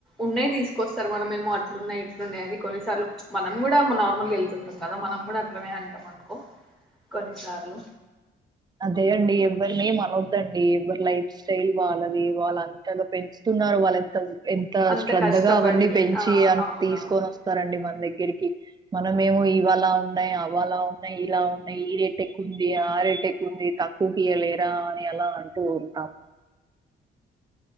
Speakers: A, in the centre; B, on the right.
A: ఉన్నాయ్ తీసుకొస్తారు మనమేమో అట్లున్నాయి ఇట్లున్నాయి అది కొన్నిసార్లు ప్చ్ మనం కూడా నార్మల్గా వెళ్తుంటాం కదా మనం కూడా అట్లనే అంటాం అనుకో కొన్నిసార్లు
B: అదే అండి ఎవ్వరినేం అనోద్దండి ఎవరు లైఫ్ స్టైల్ వాళ్ళది వాళ్ళంతగా పెంచుతున్నారు వాళ్ళంత ఎంత
A: అంత
B: శ్రద్ధగా
A: కష్టపడి
B: అవన్నీ పెంచీ
A: ఆ
B: అ
A: అవునవును
B: తీసుకొని వస్తారండి మన దగ్ దగ్గరికి మనమేమో ఇవలా ఉన్నాయ్ అవలా ఉన్నాయ్ ఇలా ఉన్నాయ్ ఈ రేట్ ఎక్కుంది ఆ రేట్ ఎక్ ఉంది తక్కువ కీయలేరా అని అలా అంటూ ఉంటాం